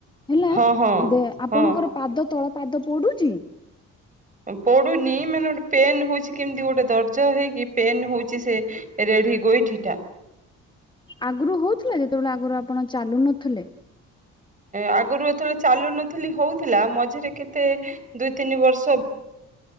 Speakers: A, on the left; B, on the right.
A: ହେଲା
B: ହଁ ହଁ
A: ଦେ, ଆପଣଙ୍କର
B: ହଁ
A: ପାଦ ତଳ ପାଦ ପୋଡୁଚି?
B: ପୋଡୁନି ମାନେ, ଗୋଟେ ପେନ୍ ହଉଛି। କେମିତି ଗୋଟେ ଦର୍ଜ ହେଇକି ପେନ୍ ହଉଛି ସେ ରେଢି ଗୋଇଠିଟା।
A: ଆଗରୁ ହଉଥିଲା, ଯେତେବେଳେ ଆଗରୁ ଆପଣ ଚାଲୁ ନଥିଲେ।
B: ଆଗରୁ ଯେତେବେଳେ ଚାଲୁ ନଥିଲି ହଉଥିଲା, ମଝିରେ କେତେ ଦୁଇ ତିନି ବର୍ଷ